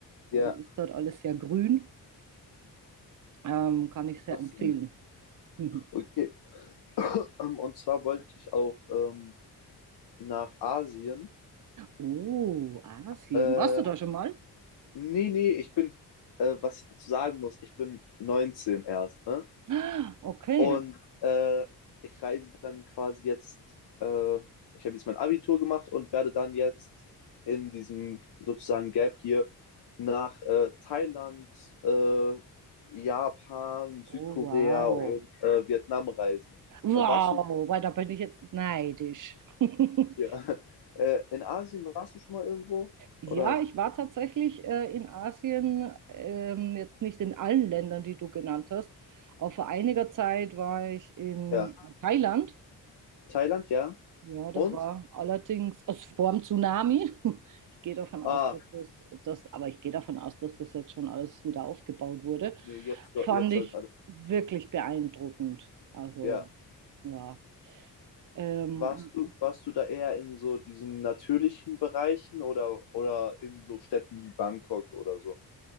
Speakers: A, on the right (about 50°); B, on the left (about 70°).
A: Also
B: ja,
A: ist dort alles sehr grün. Ähm, kann ich sehr
B: trotzdem.
A: empfehlen. <laughs>
B: Okay, ähm, und zwar wollte ich auch ähm, nach Asien.
A: Oh, Asien.
B: Äh,
A: Warst du da schon mal? <gasps>
B: nee, nee, ich bin, äh, was ich dazu sagen muss, ich bin 19 erst, ne?
A: Ah, Okay.
B: Und äh, ich reise dann quasi jetzt, äh, ich habe jetzt mein Abitur gemacht und werde dann jetzt in diesem sozusagen Gap hier nach äh, Thailand, äh, Japan, Südkorea
A: Oh, wow.
B: und äh, Vietnam reisen.
A: Wow,
B: Äh, warst du
A: weil da bin ich jetzt neidisch. <laughs>
B: ja, <laughs> äh, in Asien, warst du schon mal irgendwo?
A: Ja,
B: Oder?
A: ich war tatsächlich äh, in Asien, ähm, jetzt nicht in allen Ländern, die du genannt hast, aber vor einiger Zeit war ich in
B: Ja.
A: Thailand.
B: Thailand, ja.
A: Ja, das
B: Und?
A: war allerdings also vor dem Tsunami. <laughs> Ich gehe davon aus,
B: Ah,
A: dass das, das, aber ich gehe davon aus, dass das jetzt schon alles wieder aufgebaut wurde.
B: nö, jetzt, so-
A: Fand
B: jetzt
A: ich
B: sollte alles.
A: wirklich beeindruckend. Also,
B: Ja.
A: ja. Ähm,
B: Warst du, warst du da eher in so diesen natürlichen Bereichen oder, oder in so Städten wie Bangkok oder so?